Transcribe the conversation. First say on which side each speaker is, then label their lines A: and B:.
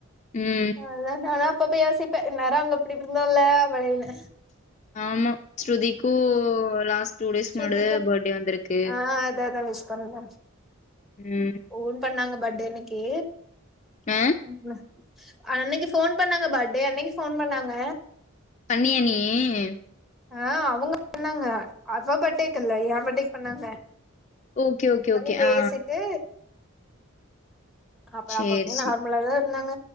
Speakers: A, on the left; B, in the centre.
A: ம்
B: அதா நாளா அப்பப்ப யோசிப்ப நேர அங்க அப்டி இருந்தோல்ல அப்டினு
A: ஆமா ஸ்ருதிக்கு ல டூ டேஸ்
B: ஸ்ருதிக்கு
A: முன்னாடிதா பர்டே வந்து இருக்கு
B: ஆ அதா அதா விஷ் பண்ணே
A: ம்
B: ஃபோன் பண்ணாங்க பர்டே அன்னைக்கி
A: ஆ
B: <unintelligible> அன்னைக்கு ஃபோன் பண்ணாங்க பர்டே அன்னைக்கு ஃபோன் பண்ணாங்க
A: பண்ணியா நீயி
B: ஆ அவங்க பண்ணாங்க அவ பர்டேக்கு இல்ல ஏ பா்டேக்கு பண்ணாங்க
A: ஓகே, ஓகே,
B: பண்ணி
A: ஓகே.
B: பேசிட்டு
A: ஆ
B: அப்ற
A: சரி,
B: அப்ற <unintelligible>
A: சரி.
B: இவளோ தா இருந்தாங்க